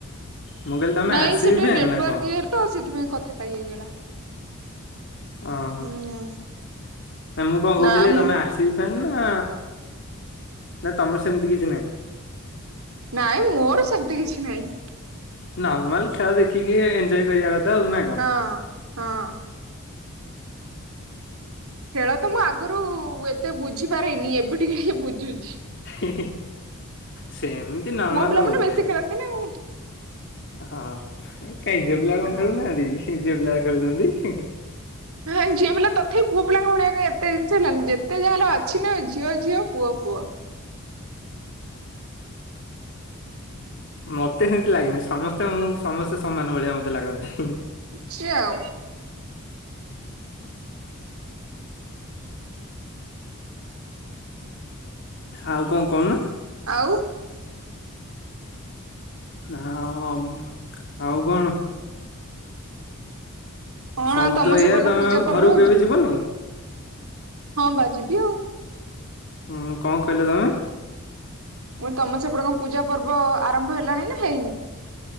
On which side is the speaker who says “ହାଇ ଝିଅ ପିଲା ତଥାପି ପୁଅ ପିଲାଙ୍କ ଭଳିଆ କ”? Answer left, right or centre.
Right